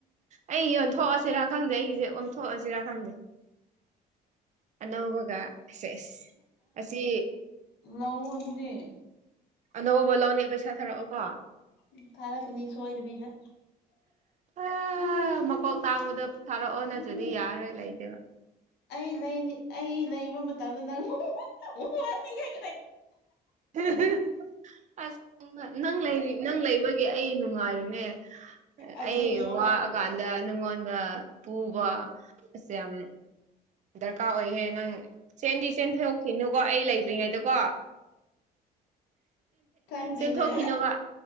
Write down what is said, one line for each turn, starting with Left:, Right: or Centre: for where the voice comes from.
Right: ꯑꯩ ꯌꯣꯟꯊꯣꯛꯑꯁꯤꯔ ꯈꯪꯗꯦ꯫ ꯑꯩꯒꯤꯁꯦ ꯑꯣꯟꯊꯣꯛꯑꯁꯤꯔꯥ ꯈꯪꯗꯦ꯫ ꯑꯅꯧꯕꯒ ꯁꯦꯁ ꯑꯁꯤ
Left: ꯂꯧꯑꫭ ꯑꯗꯨꯗꯤ꯫
Right: ꯑꯅꯧꯕ ꯂꯧꯅꯦ ꯄꯩꯁꯥ ꯊꯥꯔꯛꯑꯣ ꯀꯣ꯫
Left: ꯎꯝ ꯐꯥꯔꯛꯅꯤ ꯁꯣꯏꯗꯕꯤꯗ꯫
Right: ꯑꯥ
Left: ꯎꯝ,
Right: ꯃꯀꯣꯛ ꯇꯥꯡꯕꯗꫭ ꯊꯥꯔꯛꯑꯣ ꯅꯠꯇ꯭ꯔꯗꯤ
Left: ꯎꯝ.
Right: ꯌꯥꯔꯣꯏ ꯂꯩꯗꯦꯕ꯫
Left: ꯑꯩ ꯂꯩꯅꯤ ꯑꯩ ꯂꯩꯕ ꯃꯇꯝꯗ ꯅꯪ ꯋꯥꯅꯤꯡꯉꯩꯒꯤ꯫
Right: <unintelligible> ꯑꯁ ꯅꯪ ꯂꯩꯔꯤ ꯅꯪ ꯂꯩꯕꯒꯤ ꯑꯩ ꯅꯨꯡꯉꯥꯏꯔꯤꯅꯦ꯫
Left: ꯑꯗꯨꯅꯦꯕ
Right: ꯑꯩ ꯋꯥꯑꯀꯥꯟꯗ ꯅꯉꯣꯟꯗ ꯄꯨꯕ ꯑꯁ ꯌꯥꯝ ꯗꯔꯀꯥꯔ ꯑꯣꯏꯍꯦ ꯅꯪ ꯆꯦꯟꯗꯤ ꯆꯦꯟ ꯊꯣꯛꯈꯤꯅꯨꯀꯣ ꯑꯩ ꯂꯩꯇ꯭ꯔꯤꯉꯩꯗꯀꯣ
Left: ꯈꯪꯗꯦꯅꯦ
Right: ꯆꯦꯟꯊꯣꯛꯈꯤꯅꯣꯕ